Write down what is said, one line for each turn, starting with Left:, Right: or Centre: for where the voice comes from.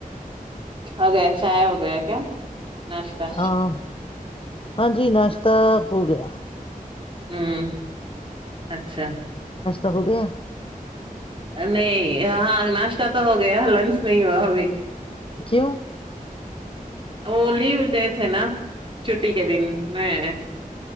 Right: ہو گیا چائے ہو گیا کیا ناشتہ
Left: ہاں ہاں ج جی ناشت ہو گیا <unintelligible>
Right: ہوں اچھا
Left: ا ہو گیا
Right: نہیں ہاں ناشتہ تو ہو گیا لنچ نہیں ہوا ابھی
Left: کیوں
Right: وہ لیو جیسے نا چھٹی کے دن میں